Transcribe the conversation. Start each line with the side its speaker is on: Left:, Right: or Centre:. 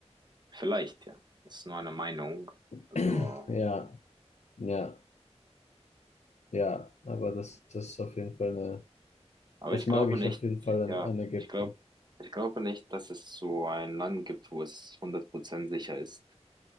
Right: Vielleicht, ja. Das ist nur eine Meinung.
Left: <clears throat>
Right: Also.
Left: ja, ja, ja. Aber das, das ist auf jeden Fall eine.
Right: Aber
Left: Das
Right: ich
Left: mag
Right: glaube
Left: ich
Right: nicht,
Left: auf jeden Fall an,
Right: ja,
Left: an Ägypten.
Right: ich glaube, ich glaube nicht, dass es so ein Land gibt, wo es hundert Prozent sicher ist.